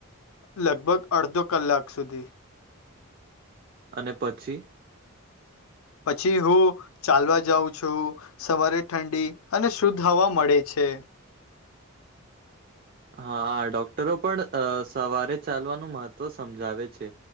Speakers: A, on the left; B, on the right.
A: લગભગ અડધો કલાક સુધી.
B: અને પછી?
A: પછી હું ચાલવા જાઉં છું. સવારે ઠંડી અને શુદ્ધ હવા મળે છે.
B: હા ડોક્ટરો પણ સવારે ચાલવાનું મહત્વ સમજાવે છે.